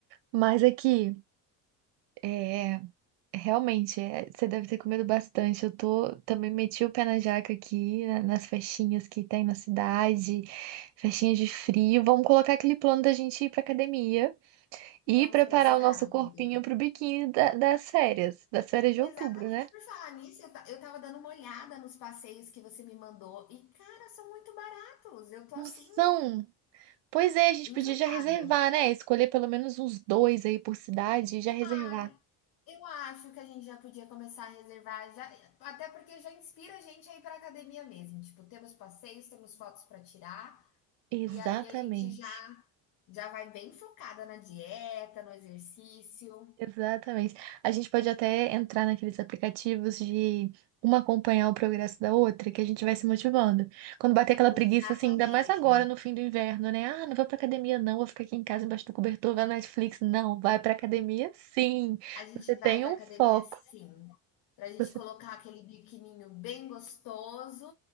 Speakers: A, on the right; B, on the left.
A: Mas aqui, é, realmente, é, você deve ter comido bastante. Eu tô também meti o pé na jaca aqui, na- nas festinhas que tem na cidade, festinhas de frio. Vamos colocar aquele plano da gente ir pra academia e
B: Vamos
A: preparar
B: precisar,
A: o nosso
B: amiga.
A: corpinho pro biquíni da- das férias, das férias de
B: Exatamente.
A: outubro, né?
B: Por falar nisso, eu ta eu estava dando uma olhada nos passeios que você me mandou e, cara, são muito baratos. Eu tô
A: Não
B: assim,
A: são Pois é, a gente
B: encantada.
A: podia já reservar, né? Escolher pelo menos uns dois aí por cidade e já reservar.
B: Ai. Eu acho que a gente já podia começar a reservar, já, até porque já inspira a gente a ir para academia mesmo. Tipo, temos passeios, temos fotos para tirar,
A: Exatamente.
B: e aí a gente já já vai bem focada na dieta, no exercício.
A: Exatamente. A gente pode até entrar naqueles aplicativos de uma acompanhar o progresso da outra, que a gente vai se motivando. Quando bater aquela
B: Exatamente.
A: preguiça, assim, ainda mais agora no fim do inverno, né? Ah, não vou pra academia, não, vou ficar aqui em casa embaixo do cobertor, vai na Netflix. Não, vai pra academia, sim.
B: A gente
A: Você
B: vai
A: tem
B: para
A: um
B: academia
A: foco.
B: sim, para a gente
A: Você.
B: colocar aquele biquininho bem gostoso,